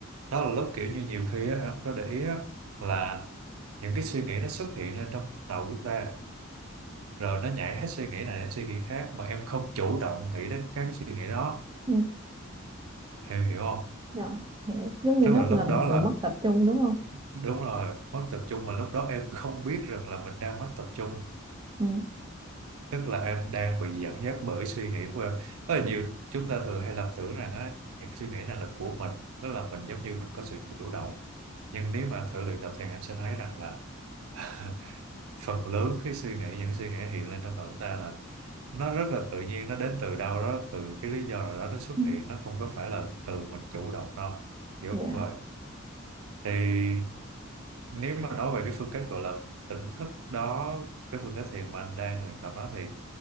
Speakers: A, on the right; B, on the right.
A: đó là lúc kiểu như nhiều khi á, em có để ý á, là những cái suy nghĩ nó xuất hiện lên trong đầu chúng ta rồi nó nhảy hết suy nghĩ này đến suy nghĩ khác mà em không chủ động nghĩ đến các cái suy nghĩ đó
B: ừ
A: em hiểu không
B: dạ hiểu giống như
A: tức
B: nó
A: là lúc
B: là một
A: đó là
B: sự mất tập trung đúng không
A: đúng rồi mất tập trung mà lúc đó em không biết rằng là mình đang mất tập trung
B: ừ
A: tức là em đang bị dẫn dắt bởi suy nghĩ của em rất là nhiều chúng ta thường hay lầm tưởng rằng á những suy nghĩ này là của mình tức là mình giống như mình có sự chủ động nhưng nếu mà thử luyện tập thì em sẽ thấy rằng là <laughs> phần lớn cái suy nghĩ những suy nghĩ hiện lên trong đầu chúng ta là nó rất là tự nhiên nó đến từ đâu đó từ cái lý do nào đó nó xuất
B: ừ
A: hiện nó không có phải là từ mình chủ động đâu kiểu
B: dạ
A: vậy thì nếu mà nói về cái phương cách gọi là tỉnh thức đó cái phương cách thiền mà anh đang luyện tập đó thì